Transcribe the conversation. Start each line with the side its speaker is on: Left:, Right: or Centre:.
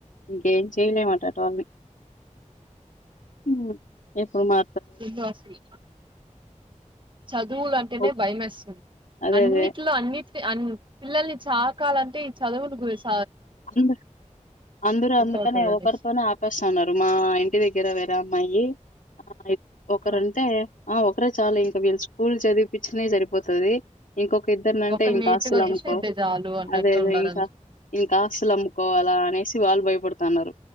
Left: ఇంకా ఎం చేయలేం అట అట వాళ్లని మ్ ఇప్పుడు మా
Right: ఈ గ్లాస్ ని చదువులు అంటేనే
Left: ఓప్
Right: భయమేస్తుంది
Left: అదే
Right: అన్నిట్లో
Left: అదే.
Right: అన్నింటి అం పిల్లల్ని చాకాలంటే ఈ చదువులు గుస
Left: అందు అందరు అందుకనే
Right: అవుతది అనేసి
Left: ఒకరితోనే ఆపేస్తున్నారు మా ఇంటి దగ్గర వేరే వేరే అమ్మాయి ఆ ఒకరుంటే
Right: ఆ
Left: ఆ ఒకరే చాలు ఇంక వీళ్ళు స్కూల్ చదిపించిన సరిపోతుది ఇంకొక ఈ ఇద్దరింటే
Right: ఒకరు
Left: ఇంకా
Right: నేర్పితే
Left: ఆస్తులు అమ్ముకో
Right: చాలు అన్నట్టు
Left: అదే అదే
Right: ఉండారు
Left: ఇహ
Right: అందరు
Left: ఈ ఆశలు అమ్ముకోవాలా అనేసి వాళ్ళు భయపడుతున్నారు